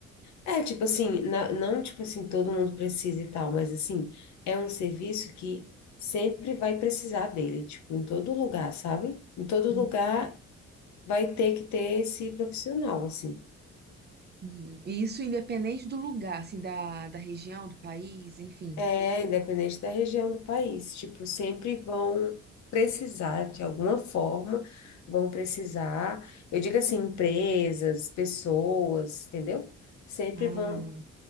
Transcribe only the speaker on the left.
É, tipo assim, na- não tipo assim, todo mundo precisa e tal, mas assim, é um serviço que sempre vai precisar dele, tipo, em todo lugar, sabe? Em todo
lugar vai ter que ter esse profissional, assim.
É, independente da região do país, tipo, sempre vão precisar, de alguma forma, vão precisar, eu digo assim, empresas, pessoas, entendeu? Sempre
vão,